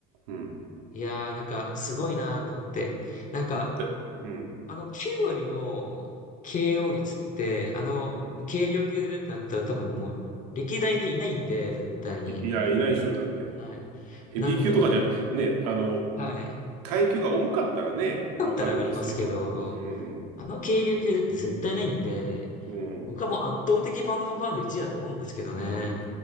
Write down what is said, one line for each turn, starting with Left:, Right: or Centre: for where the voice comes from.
Right: うん。
Left: いやー、なんか、すごいなーと思って。なんか、
Right: だうん。
Left: あの、9割の KO 率って、あの、
Right: うん。
Left: 軽量級でってなったら多分もう、歴代でいないんで、絶対に。
Right: いいや、いないでしょ。だって。
Left: はい。
Right: ヘビー級とかじゃ、
Left: なんで、
Right: ね、あの、
Left: はい。
Right: 階級が重かったらね、
Left: 重かったらありますけど、
Right: わかるんですけど、うん。
Left: あの軽量級でって絶対ないんで、
Right: うん。
Left: 僕はもう圧倒的パウンドフォーパウンド1位だと思うんですけどね。
Right: うん。